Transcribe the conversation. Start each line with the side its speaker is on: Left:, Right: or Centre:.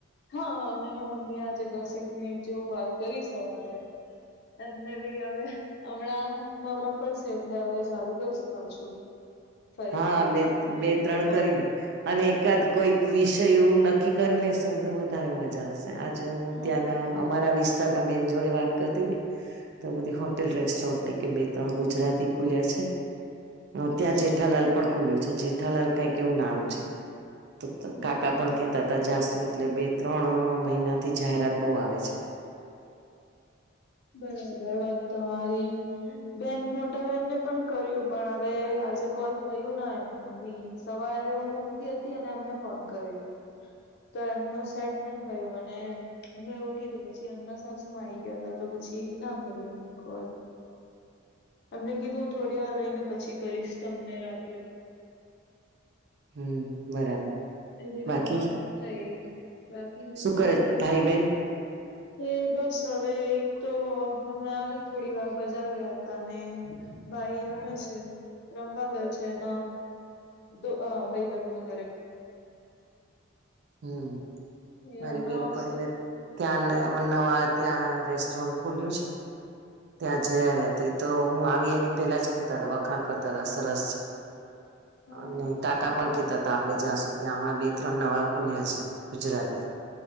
Left: હા મેને મમ્મી આજે દસેક મિનિટ જેવું વાત કરી સવારે એમને ભી હવે હમણાં નવરા પડસે એટલે હવે ચાલુ કરીશું પાછું. ફરીથી
Right: હા
Left: એકાદ
Right: બે બે ત્રણ
Left: ફોન
Right: કરી લ્યો. અને એકાદ કોઈક વિષય એવું નક્કી કરી લેશોને તો વધારે મજા આવશે. જે હું
Left: હા
Right: ત્યાંના અમારા વિસ્તાર ના બેન જોડે વાત કરતી હતી. તો બધી હોટેલ રેસ્ટોરન્ટ કે બે ત્રણ ગુજરાતી ખુલ્યા છે.
Left: અચ્છા
Right: ત્યાં જેઠાલાલ પણ ખુલ્યું છે જેઠાલાલ કઈ એવું નામ છે. તો
Left: બરાબર
Right: કાકા પણ કેતા ત જાસુ એટલે બે ત્રણ મહિના થી જાહેરાત બહુ આવે છે.
Left: બરાબર, વાત તમારી બેન મોટા બેહેનને પણ કર્યું પણ હવે આજે કોલ થયું ના એમનું બી. સવારે હું ઉગતી હતી અને એમને ફોન કર્યો. તો એમનું સેટ નહી થયું અને અમના ઉઠી તો પછી એમના સાસુ માં આવી ગ્યા તા તો પછી ના કર્યું એમને કોલ એમને કીધું થોડી વાર રહીને પછી. કરીશ તમને રાત્રે.
Right: હમ બરાબર.
Left: એવી
Right: બાકી
Left: રીતના વાત થઈ બાકી બીજું
Right: શું કરે
Left: બધું?
Right: ભાઈ બેન
Left: એ બસ હવે એક તો હમણાં ઈ થોડી વાર બજાર ગયા હતા ને ભાઈ રમે છે રમવા ગયો છે એના તો હ ભાઈ ભંધ ના ઘરે.
Right: હમ
Left: એ
Right: મારી
Left: હમણાં
Right: બેનપણીને
Left: આવશે
Right: ત્યાં ને નવા ત્યાં રેસ્ટોરન્ટ ખુલ્યું છે ને. ત્યાં જયા આવ્યા હતા એ તો હું આવીને પેલા જ કેતા હતા વખાણ કરતા હતા સરસ છે.
Left: હા
Right: અને
Left: એ તો
Right: કાકા પણ કેતા હતા આપડે જ્યાં સુ ત્યાં હમણાં બે ત્રણ નવા ખુલ્યા છે ગુજરાતી.